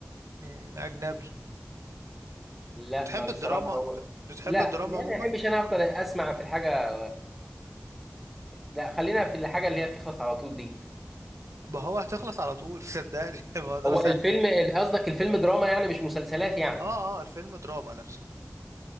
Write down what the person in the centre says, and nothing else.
لا
ما بصراحة
هو
لا
يعني
ما بحبش انا افضل اسمع في الحاجة لا خلينا في الحاجة اللي هي بتخلص على طول دي
هو
الفيلم قصدك الفيلم دراما يعني مش مسلسلات يعني